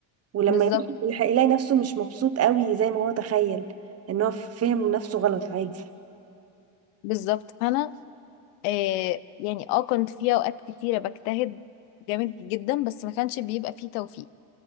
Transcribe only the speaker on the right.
ولما
يمشي في الحقيقة يلاقي نفسه مش مبسوط قوي زي ما هو تخيل إن هو فهم نفسه غلط عادي